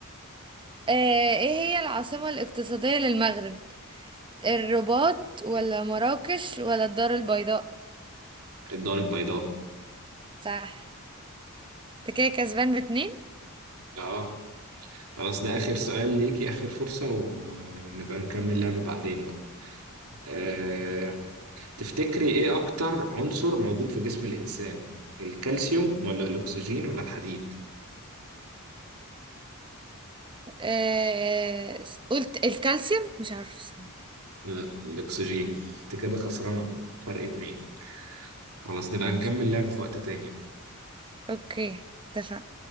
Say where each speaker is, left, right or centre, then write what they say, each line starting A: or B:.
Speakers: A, on the right; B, on the right.
A: آه ايه هي العاصمة الاقتصادية للمغرب الرباط ولا مراكش ولا الدار البيضاء
B: الدار البيضاء
A: صح انت كده كسبان باتنين
B: اه خلاص ده آخر سؤال ليكي آخر فرصة ونبقى نكمل لعبة بعدين بقى آه، تفتكري ايه اكتر عنصر موجود في جسم الانسان الكالسيوم ولا الاكسجين ولا الحديد
A: آه... قلت الكالسيوم مش عارفة الصراحة.
B: لا الاكسجين انت كده خسرانه فرق اتنين خلاص نبقى
A: ماشي
B: نكمل لعب في وقت تاني
A: اوكي اتفقنا